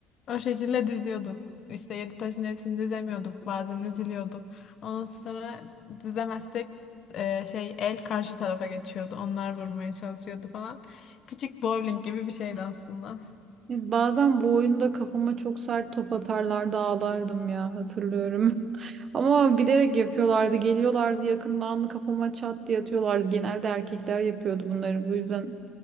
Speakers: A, on the left; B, on the right.
A: O şekilde diziyorduk. İşte yedi taşın hepsini dizemiyorduk. Bazen üzülüyorduk. Ondan sonra dizemezsek e, şey el karşı tarafa geçiyordu. Onlar vurmaya çalışıyordu falan. Küçük bowling gibi bir şeydi aslında.
B: Bazen bu oyunda kafama çok sert top atarlardı ağlardım ya hatırlıyorum. <laughs> Ama bilerek yapıyorlardı. Geliyorlardı yakından kafama çat diye atıyorlardı. Genelde erkekler yapıyordu bunları bu yüzden